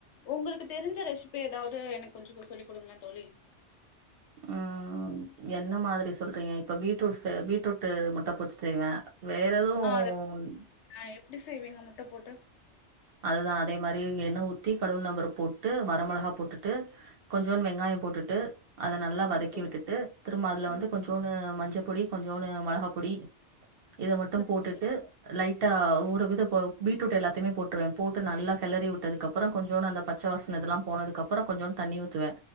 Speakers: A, on the left; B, on the right.
A: உங்களுக்கு தெரிஞ்ச ரேஷு பி ஏதாவது எனக்கு கொஞ்சொகு சொல்லி் கொடுங்க தோழி
B: உஹ்ம் என்ன மாதிரி சொல்றீங்க இப்ப பீட்ரூட்ஸு பீட்ரூட் முட்ட போட்டு செய்வே வேற எதுவு
A: ஆ அது இப்போ எப்பிடி ப்பிடி செய்வீங்க முட்ட போட்டு
B: அதுதான் அதே மாரி எண்ணெய் ஊத்தி கடுகு உளுந்து பருப்பு போட்டு ட்டு வர மொளகா போட்டுட்டு கொஞ்ச வெங்காயம் போட்டுட்டு ட்டு அத நல்லா
A: சரிங்க
B: வதக்கி
A: தோழி
B: விட்டுட்டு திரும்ப அதுல வந்து
A: ம்
B: கொஞ்சோன்னு மஞ்ச மஞ்ச பொடி கொஞ்சோன்னு மொளகாப்பொடி இத மட்டு
A: சரிங்க
B: போட்டுட்டு
A: தோழி
B: லைட் ட்டா ஒரு இது ப பீட்ரூட் எல்லா த்தையுமே போட்ருவே போட்டு நல்லா கெளறி விட்டதுக்கு அப்பறோ கொஞ்சோடு அந்த பச்ச வாசனை இதெல்லா போனதுக்கு அப்பறோ கொஞ்சோண்டு தண்ணி ஊத்துவே